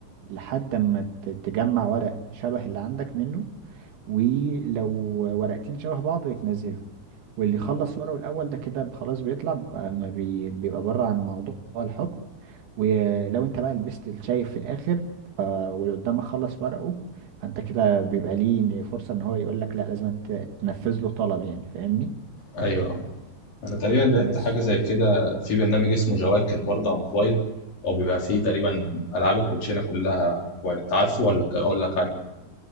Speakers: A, on the right (about 75°); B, on the left (about 50°).
A: لحد ما ت- تجمع ورق شبه اللي عندك منه ولو ورقتين شبه بعض يتنزلهم واللي يخلص ورقه الأول ده كده خلاص بيطلع بقى- ما بي- بيبقى بره عن موضوع الحكم ولو انت بقى لبست الشايف في الآخر ف- واللي قدامك خلص ورقه فانت كده بيبقى ليه فرصة ان هو يقول لك لا لازم ت- تنفذ له طلب يعني فاهمني
B: أيوه. انا تقريبا لعبت
A: بس
B: حاجه زي كده في برنامج اسمه جواكر برضه على الموبايل او بيبقى فيه تقريبا العاب الكوتشينه كلها موبايل انت عارفه ولا ك- اقول لك عنه